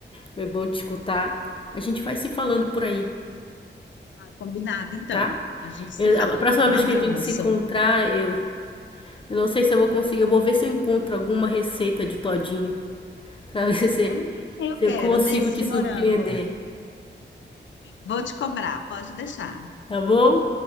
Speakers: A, on the left (about 30°); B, on the left (about 85°).
A: Foi bom te escutar. A gente vai se falando por aí,
B: Ah, combinado, então.
A: tá?
B: A gente se
A: Eu-
B: fala.
A: a próxima
B: Um
A: vez
B: abraço.
A: que a gente se encontrar, eu, eu não sei se eu vou conseguir. Eu vou ver se eu encontro alguma receita de todinho pra <laughs> ver se, se
B: Ah, Eu
A: eu
B: quero,
A: consigo
B: desses
A: te
B: de
A: surpreender,
B: morango. Vou te cobrar, pode deixar.
A: tá bom?